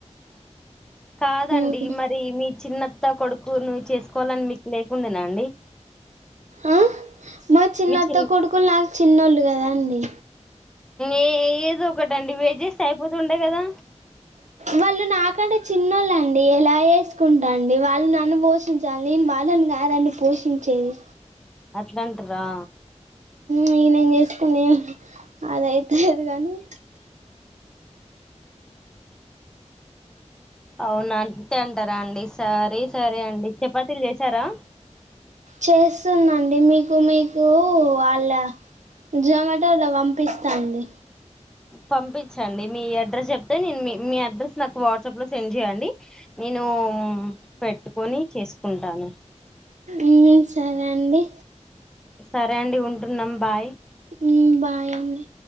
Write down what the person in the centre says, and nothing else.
కాదండి
మరి మీ చిన్నత్త కొడుకు నువు చేసుకోవాలని మీకు లేకుండేనా అండి
మీ చిన్
ఏ ఏదో ఒకటండి వెేజెస్తే అయిపోతుండే కదా
అట్లాంటరా
అవున అంతే అంటారా అండి సరే సరే అండి చపాతీలు చేసారా
పంపించండి మీ అడ్రస్ చెప్తే నేను మీ మీ అడ్రస్ నాకు వాట్సాప్ లో సెండ్ చేయండి నేను పెట్టుకొని చేసుకుంటాను
సరే అండి ఉంటున్నాం బాయ్